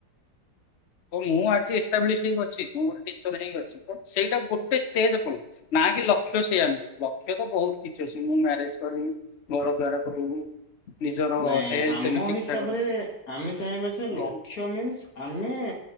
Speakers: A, on the left (about 70°); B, on the left (about 55°).
A: ମୁଁ ଆଜି ଏକ୍ସଟାବିଲିଶ ହେଇକି ଅଛି ମୁଁ ଟିଚର ହେଇି ଅଛି ସେଇଟା ଗୋଟେ ଷ୍ଟେଜ ପ ନା କି ଲକ୍ଷ୍ୟ ସେଆାର ନୁହଁ ଲକ୍ଷ୍ୟ ତ ବହୁତ କିଛି ଅଛି ମୁଁ ମ୍ୟାରେଜ କରିବି, ଘର ଗଡ କରିବି ନିଜର
B: ନାଇଁ
A: ହେଲ୍ଥ
B: ଆମ
A: ବି ଠିକ
B: ହିସାବରେ
A: ଠାକ ରଖିବି
B: ଆମେ ଚାହିଁବା ଯେ
A: ଆଜ୍ଞା
B: ଲକ୍ଷ୍ୟ ମିନ୍ଶ୍ ଆମେ